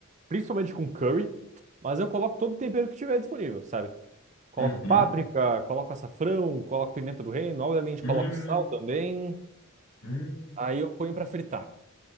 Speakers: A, on the right (about 35°); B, on the left (about 80°).
A: principalmente com curry, mas eu coloco todo o tempero que tiver disponível, sabe? Coloco
B: Uhum.
A: páprica, coloco açafrão, coloco pimenta do reino, obviamente
B: Hum,
A: coloco sal também.
B: hum.
A: Aí eu ponho pra fritar.